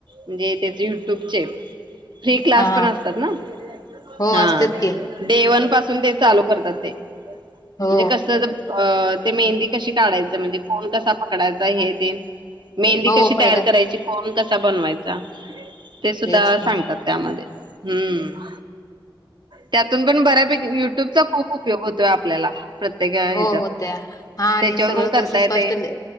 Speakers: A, on the right; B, on the left.
A: म्हणजे तेच युट्यूबचे. फ्री क्लास
B: हा
A: पण असतात ना.
B: हो
A: हां,
B: असतेच की
A: डे वन पाासून ते चालू करतात ते म्हणजे
B: हो
A: कसं ज अ... ते मेहंदी कशी काढायचं म्हणजे कोण कसा पकडायचा हे ते मेहंदी
B: हो
A: कशी
B: पहिलं
A: तयार करायची, कोण कसा बनवायचा ते सुद्धा
B: तेच की
A: सांगतात. त्यामध्ये हम्म. त्यातून पण बऱ्यापैकी युट्यूबचा खूप उपयोग होतोय आपल्याला प्रत्येक ह्याच्यात.
B: हो, होत्या हा, आणि
A: त्याच्यावरून
B: सगळं
A: करता
B: कसं
A: येतंय.
B: स्पष्ट ल